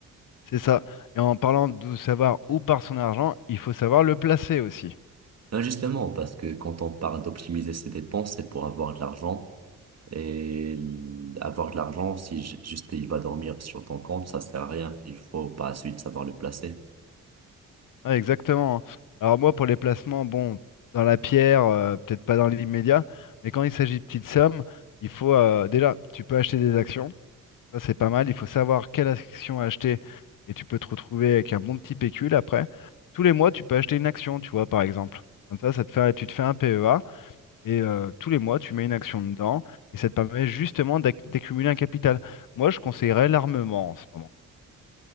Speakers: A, on the left; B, on the right.
A: C'est ça. Et en parlant de savoir où part son argent, il faut savoir le placer aussi.
B: Là, justement, parce que quand on parle d'optimiser ses dépenses, c'est pour avoir de l'argent. Et l- avoir de l'argent, si j- juste il va dormir sur ton compte, ça sert à rien. Il faut par la suite savoir le placer.
A: Ah, exactement. hein. Alors moi, pour les placements, bon, dans la pierre, euh, peut-être pas dans l'immédiat, mais quand il s'agit de petites sommes, il faut euh, déjà, tu peux acheter des actions, ça c'est pas mal, il faut savoir quelle action acheter et tu peux te retrouver avec un bon petit pécule après. Tous les mois, tu peux acheter une action, tu vois, par exemple. Comme ça, ça te fait, tu te fais un PEA et euh, tous les mois, tu mets une action dedans et ça te permet justement d'ac- d'accumuler un capital. Moi, je conseillerais l'armement en ce moment.